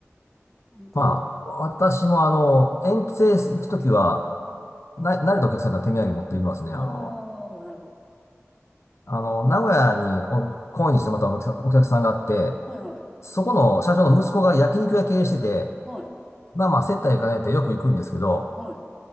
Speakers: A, in the centre; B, on the left (about 70°).
A: 本当。
B: まあ、私もあの、遠征行くときは、
A: うん
B: な、慣れたお客さんだったら手土産持って行きますね。あの、
A: ああ、なるほど。
B: あの、名古屋にお、懇にしてまたお客さん、お客さんがあって、
A: はいはい。
B: そこの社長の息子が焼肉屋経営してて、
A: はい。
B: まあまあ接待兼ねてよく行くんですけど、
A: はい。